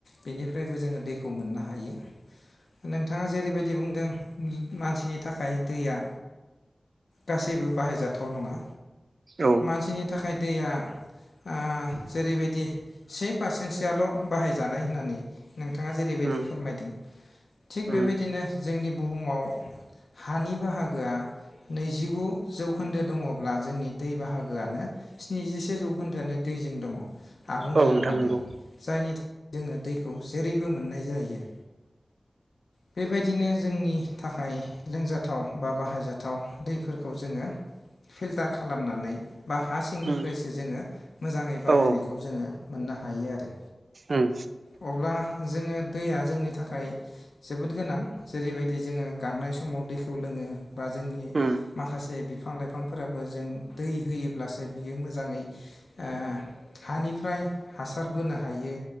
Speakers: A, on the left; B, on the right.
A: बेनिफ्रायबो जोङो दैखौ मोननो हायो नोंथाङा जेरैबायदि बुंदों मानसिनि थाखाय दैया गासैबो बाहायजाथाव नङा
B: औ
A: मानसिनि थाखाय दैया ओ जेरैबायदि से पारसेन्टसोआल बाहायजानाय होननानै नोंथाङा जेरैबायदि
B: उम
A: फोरमायदों थिग
B: उम
A: बेबायदिनो जोंनि बुहुमाव हानि बाहागोआ नैजिगु जौखोन्दो दङब्ला जोंनि दै बाहागोआनो स्निजिसे जौखोन्दोआनो दैजों दङ। आबुं
B: औ
A: जानानै
B: नोंथां नंगौ
A: जायनि थाखाय जोङो दैखौ जेरैबो मोननाय जायो। बेबायदिनो जोंनि थाखाय लोंजाथाव बा बाहायजाथाव दैफोरखौ जोङो फिल्टार खालामनानै बा हा सिंनिफ्रायसो
B: उम
A: जोङो मोजाङै
B: औ
A: बाहायनायखौ जोङो मोननो हा हायो आरो।
B: उम।
A: अब्ला जोङो दैया जोंनि थाखाय जोबोद गोनां जेरैबायदि जोङो गांनाय समाव दैखौ लोङो बा जोंनि
B: उम
A: माखासे बिफां लाइफांफोराबो जों दै होयोब्लासो बियो मोजाङै ओ हानिफ्राय हासार बोनो हायो।